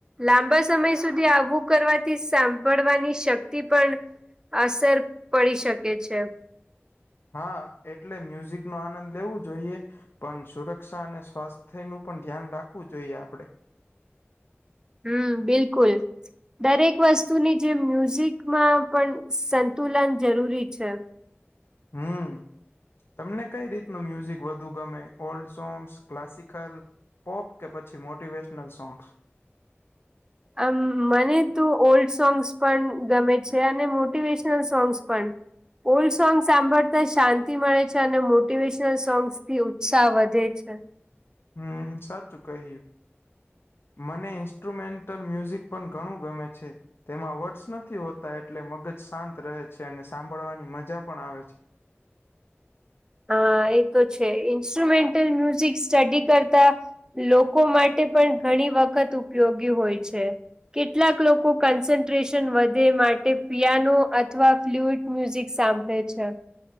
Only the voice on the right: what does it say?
લાંબા સમય સુધી આવું કરવાથી સાંભળવાની શક્તિ પણ અસર પડી શકે છે.
હમ્મ બિલકુલ દરેક વસ્તુની જે મ્યુઝિકમાં પણ સંતુલન જરૂરી છે.
આમ મને તો ઓલ્ડ સોંગ્સ પણ ગમે છે અને મોટિવેશનલ સોંગ્સ પણ ઓલ્ડ સોંગ્સ સાંભળતા શાંતિ મળે છે અને મોટિવેશનલ સોંગ્સ થી ઉત્સાહ વધે છે.
હ એ તો છે ઇન્સ્ટ્રુમેન્ટલ મ્યુઝિક સ્ટડી કરતા લોકો માટે પણ ઘણી વખત ઉપયોગી હોય છે. કેટલાક લોકો કન્સન્ટ્રેશન વધે માટે પિયાનો અથવા ફ્લુટ મ્યુઝિક સાંભળે છે.